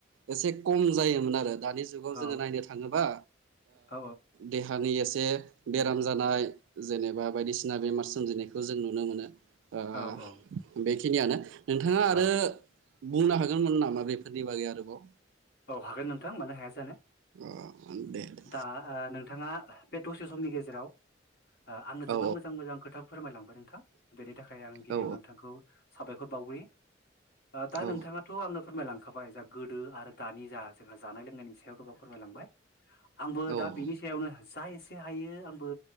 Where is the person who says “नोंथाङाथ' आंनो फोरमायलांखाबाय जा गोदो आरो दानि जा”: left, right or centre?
Left